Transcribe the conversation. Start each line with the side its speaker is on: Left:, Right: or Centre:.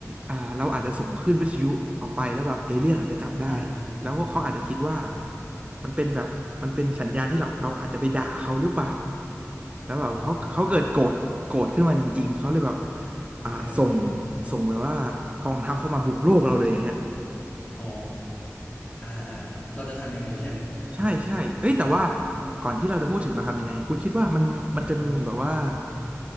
Right: อ่าเราอาจจะส่งขึ้นวิทยุออกไปแล้วแบบเอเลี่ยนอาจจะจับได้
Left: อ่าอ่าอ่า
Right: แล้วเขาอาจจะคิดว่า
Left: อ่า
Right: มันเป็นแบบมันเป็นสัญญาณที่เราเราอาจจะไปด่าเขาหรือเปล่าแล้วแบบเขาเขาเกิดโกรธโกรธขึ้นมาจริงๆเขาเลยแบบ
Left: อ๋อโอเค
Right: อ่าส่ง
Left: โอเค
Right: ส่งแบบว่ากองทัพเข้ามาบุกโลกเราเลยอย่างเงี้ย
Left: อ๋ออ่า อ่า เราจะทำยังไงใช่ไหม
Right: ใช่ใช่เอ้ยแต่ว่าก่อนที่เราจะพูดถึงเราทำยังไงคุณคิดว่ามันมันจะมีแบบว่า
Left: อือฮึ